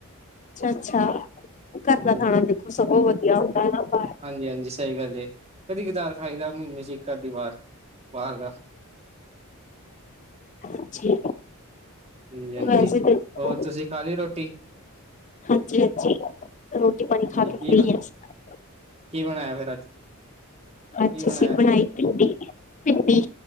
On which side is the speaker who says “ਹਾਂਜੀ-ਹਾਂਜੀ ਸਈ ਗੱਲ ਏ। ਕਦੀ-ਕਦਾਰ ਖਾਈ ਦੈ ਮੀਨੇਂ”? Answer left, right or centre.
Right